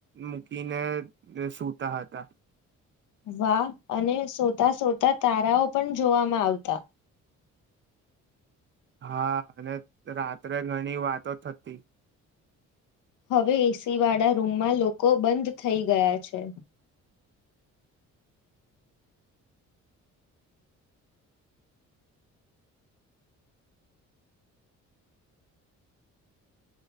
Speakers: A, on the right; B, on the left.
A: મૂકીને સૂતા હતા
B: વાહ અને સોતા સોતા તારાઓ પણ જોવામાં આવતા
A: હા અને રાત્રે ઘણી વાતો થતી
B: હવે એસી વાળા રૂમમાં લોકો બંધ થઈ ગયા છે